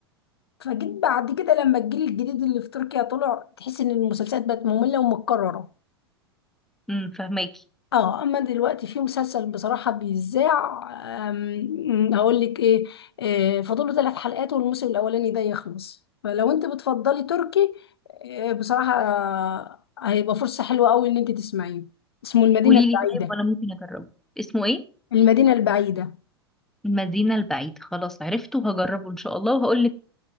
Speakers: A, on the left; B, in the centre.
A: فجيت بعد كده لما الجيل الجديد اللي في تركيا طلع تحس ان المسلسلات بقت ممله ومتكرره
B: امم فهماكي
A: اه اما دلوقتي في مسلسل بصراحه بيذاع أم، هقول لك ايه آه، فاضله ثلاث حلقات والموسم الاولاني ده يخلص فلو انت بتفضلي تركي آه، بصراحه آه، هيبقى فرصه حلوه قوي ان انت تسمعيه اسمه المدينه
B: قولي
A: البعيده
B: لي طيب وانا ممكن اجربه اسمه ايه
A: المدينه البعيده
B: المدينة البعيدة خلاص عرفته هجربه ان شاء الله وهقول لك